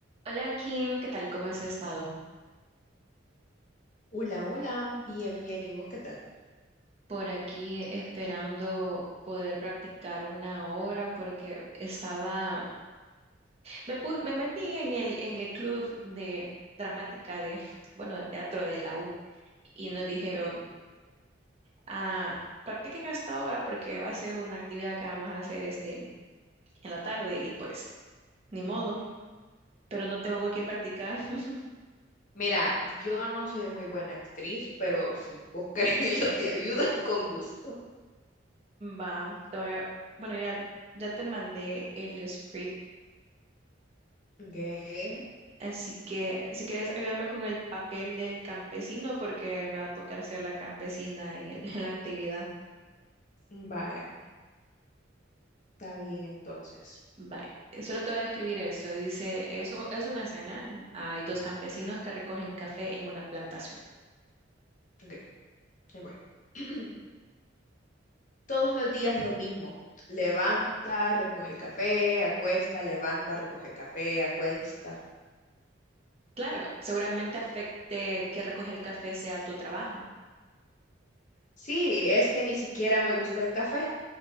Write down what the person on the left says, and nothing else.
Hola, hola, bien, bien, ¿y vos qué tal?
Ujú.
Mira, yo no soy muy buena actriz, pero si vos querés <laughs> yo te ayudo <laughs> con gusto.
Ok,
vaya, está bien entonces.
Ok, ahí voy. <clears throat> Todos los días lo mismo. Levanta, recoge café, acuesta, levanta, recoge café, acuesta.
Sí, es que ni siquiera me gusta el café.